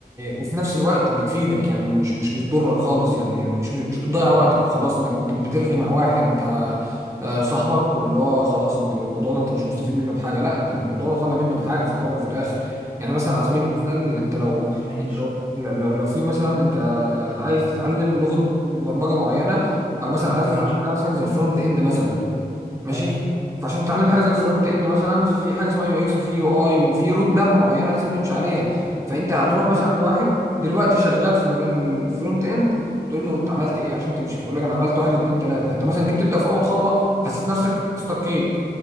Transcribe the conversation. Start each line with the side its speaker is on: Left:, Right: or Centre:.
Right: وفي نفس الوقت بتفيدك يعني مش مش مش بتضرك خالص يعني مش مش بتضيع وقتك وخلاص انك بت- بترغي مع واحد آه، آه، صاحبك واللي هو خلاص الموضوع ده انت مش مستفيد منه بحاجه لا انت الموضوع ده طالع منه بحاجه في الاول وفي الاخر يعني مثلا على سبيل
Left: الموضوع
Right: المثال انت لو
Left: ماشي
Right: انت لو لو, لو لو في مثلا انت عايز تتعلم لغه برمجه معينه او مثلا عايز
Left: ماشي
Right: تتعلم حاجه مثلا زي الفرونت اند مثلا ماشي
Left: جميل
Right: فعشان تتعلم حاجه زي الفرونت اند مثلا ففي حاجه اسمها يو اكس وفي يو اي وفي رود ماب معينه لازم تمشي عليها فانت هتروح مثلا لواحد دلوقتي شغال في مجال الفرونت اند تقول له انت عملت ايه عشان تمشي فيقول لك انا عملت واحد اتنين تلاته فانت مثلا جيت تبدا في اول خطوه حسيت نفسك استقيت